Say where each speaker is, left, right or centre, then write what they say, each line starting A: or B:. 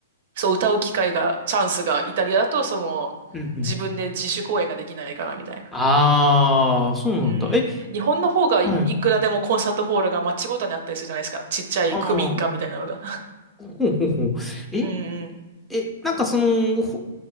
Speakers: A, on the right; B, in the centre.
A: そう、歌う機会が、チャンスが、イタリアだと、その、
B: うんうん。
A: 自分で自主公演ができないからみたいな。
B: ああ、そうなんだ。
A: うん、
B: え、
A: 日本の方がい、
B: はい。
A: いくらでもコンサートホールが街ごとにあったりするじゃないですか。ちっちゃい区民館みたいなのが。
B: ああ、ほうほうほう。え、
A: うんうん
B: え、なんかその、ほ